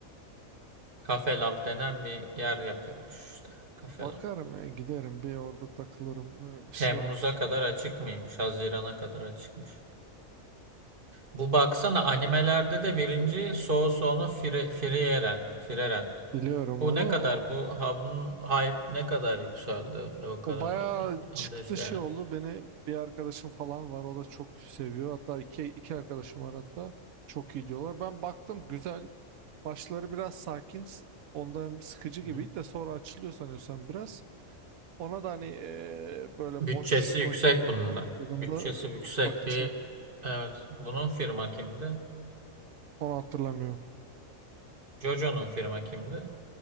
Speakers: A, on the right; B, on the right.
A: Kafe Lab denen bir yer yapıyormuş işte. Kafe
B: Bakarım
A: Lab.
B: ya giderim bir orada takılırım eee, şey
A: Temmuz'a
B: olur.
A: kadar açık mıymış? Haziran'a kadar açıkmış. Bu baksana animelerde de birinci soğu soğunu Fire, Frieren. Frieren.
B: Biliyorum
A: Bu
B: onu.
A: ne kadar? Bu havunun hype ne kadar yükseldi? de O kadar
B: O bayağı
A: oldu.
B: çıktı
A: Onu da izleyemedik.
B: şey oldu. Beni bir arkadaşım falan var. O da çok seviyor. Hatta iki, iki arkadaşım var hatta. Çok iyi diyorlar. Ben baktım güzel. Başları biraz sakin. s- Ondan sıkıcı
A: Hı
B: gibiydi
A: hı.
B: de sonra açılıyor sanıyorsam biraz. Ona da hani eee, böyle
A: Bütçesi
B: boş
A: yüksek
B: vakit
A: bunun da.
B: yakaladığımda
A: Bütçesi yüksek
B: e, bakacağım.
A: bir... Evet. Bunun firma kimdi?
B: Onu hatırlamıyorum.
A: Jojo'nun firma kimdi?